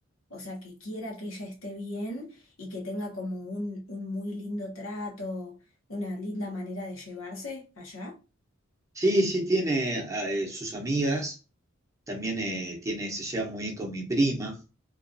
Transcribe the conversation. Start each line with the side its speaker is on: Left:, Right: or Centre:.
Left: o sea, que quiera que ella esté bien y que tenga como un, un muy lindo trato, una linda manera de llevarse allá.
Right: Sí, sí, tiene eh, sus amigas, también eh, tiene, se lleva muy bien con mi prima.